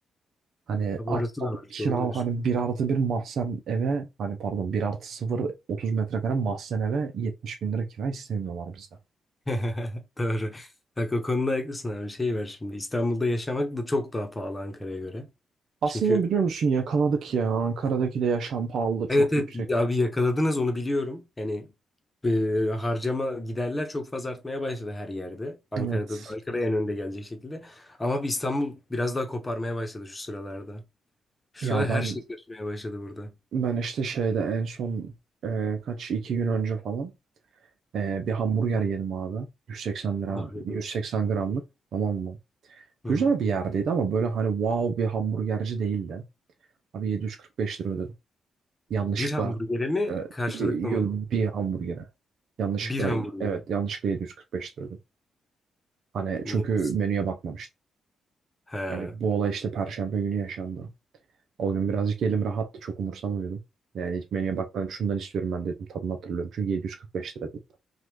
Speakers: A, on the right; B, on the left.
A: Hani
B: Abi
A: ay-
B: orası da var
A: kira
B: doğru diyorsun.
A: hani bir artı bir mahzen eve hani pardon bir artı sıfır 30 metrekare mahzen eve 70 bin lira kira istemiyorlar bizden.
B: <laughs> Doğru. Bak o konuda haklısın abi. Şey var şimdi. İstanbul'da yaşamak da çok daha pahalı Ankara'ya göre.
A: Aslında
B: Çünkü
A: biliyor musun yakaladık ya. Ankara'daki de yaşam pahalılığı çok
B: evet evet
A: yüksek.
B: abi yakaladınız onu biliyorum. Yani e, harcama giderler çok fazla artmaya başladı her yerde. Ankara'da
A: Evet.
B: Ankara en önde gelecek şekilde. Ama bir İstanbul biraz daha koparmaya başladı şu sıralarda. Şu
A: Ya
B: sıralar
A: ben
B: her şey götürmeye başladı burada.
A: ben işte şeyde en son e, kaç iki gün önce falan Ee, bir hamburger yedim abi. 180 lira,
B: Afiyet
A: 180
B: olsun.
A: gramlık. Tamam mı?
B: Hı
A: Güzel
B: hı.
A: bir yerdeydi ama böyle hani wow bir hamburgerci değildi. Abi 745 lira ödedim. Yanlışlıkla
B: Bir hamburgere mi
A: e,
B: karşılıklı
A: bir,
B: mı?
A: bir hamburgere. Yanlışlıkla
B: Bir hamburger.
A: evet
B: mi?
A: yanlışlıkla 745 lira ödedim. Hani çünkü
B: Niye? nasıl?
A: menüye bakmamıştım.
B: He.
A: Hani bu olay işte Perşembe günü yaşandı. O gün birazcık elim rahattı çok umursamıyordum. Yani ilk menüye bakmadım şundan istiyorum ben dedim tadını hatırlıyorum. Çünkü 745 lira dedim.